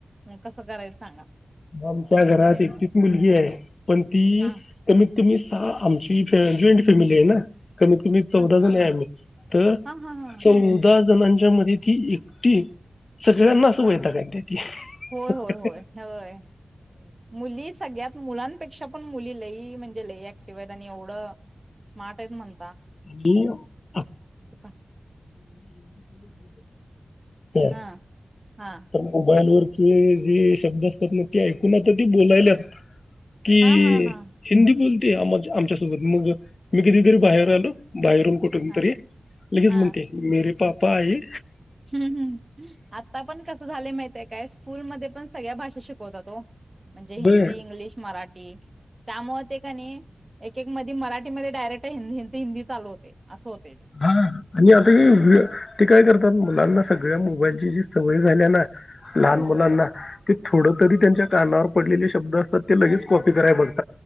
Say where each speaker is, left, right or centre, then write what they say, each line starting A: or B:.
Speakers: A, on the right; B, on the left.
A: मग कसं करायच सांगा.
B: आमच्या
A: काय
B: घरात
A: करायचं
B: एकटीच मुलगी आहे पण ती
A: हा
B: कमीत तुम्ही आमची जॉईंट फॅमिली आहे ना. कमीत कमी चौदा
A: हा
B: जण आहेआम्ही तर
A: हा हा हा
B: चौदा जणांच्या मध्ये ती एकटी सगळ्यांनासूबैदा
A: हा
B: काय त्या त
A: होय होय होय होय. मुली सगळ्यात मुलांन मुलान पेक्षा पण मुली लई म्हणजे लई ऍक्टिव्ह आहेत आणि एवढं स्मार्ट आहेत म्हण
B: <unintelligible> <unintelligible>
A: पण
B: ह
A: हा हा
B: तर मोबाईल वर ते जे शब्द असतात ना ते ऐकून आता ती बोलायल्या ती
A: हा हा हा
B: हिंदी बोल ते आम आमच्यासोबत मग मी कधीतरी बाहेर आलो ती बाहेरून कुठून
A: हा
B: तरी लगेच
A: हा
B: म्हणते मेरे पापा पा आये.
A: हम्म हम्म आता पण कस झालं माहितीये काय स्कूलमध्ये पण सगळ्या भाषा शिकवतात ओ. म्हणजे हिंदी,
B: बर
A: इंग्लिश, मराठी त्यामुळे ते का नी एक एक मदी मराठीमध्ये डायरेक्ट यांच हिंदी चालू होतय. असं ते.
B: हा आणि आता
A: हम्म
B: काय करतात मुलांना सगळ्या मोबाईलची जी सवय झाल्या ना लहान
A: होय होय
B: मुलांना
A: होय
B: ते थोड तरी त्यांच्या कानावर पडलेले शब्द असतात ते लगेच कॉपी कराय बघात